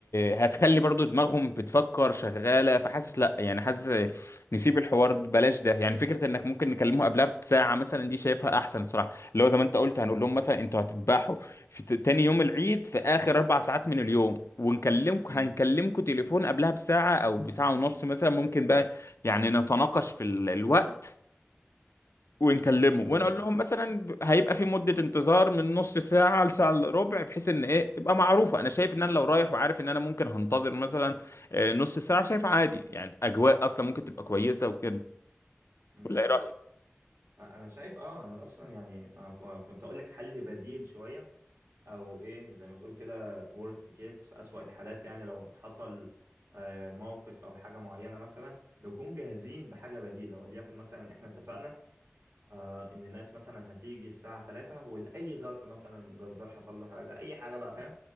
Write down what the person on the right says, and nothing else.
م-
م-
م- م-
انا شايف اه انا اصلا يعني أنا ك- كنت اقول لك حل بديل شويه او ايه زي ما تقول كده worst case في اسوأ الحالات يعني لو حصل آه، موقف او حاجه معينه مثلا نكون جاهزين بحاجه بديله وليكن مثلا احنا اتفقنا آه، ان ناس مثلا هتيجي الساعه 3 ولاي ظرف مثلا جزار حصل له حاجه اي حاجه بقى فاهم